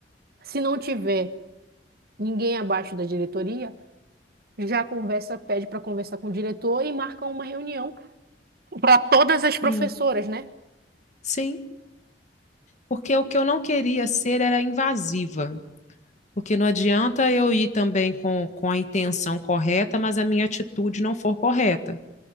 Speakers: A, on the right; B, on the left.
A: Se não tiver, ninguém abaixo da diretoria, já conversa, pede para conversar com o diretor e marca uma reunião para todas as professoras,
B: sim,
A: né?
B: sim. Porque o que eu não queria ser era invasiva. Porque não adianta eu ir também com, com a intenção correta, mas a minha atitude não for correta.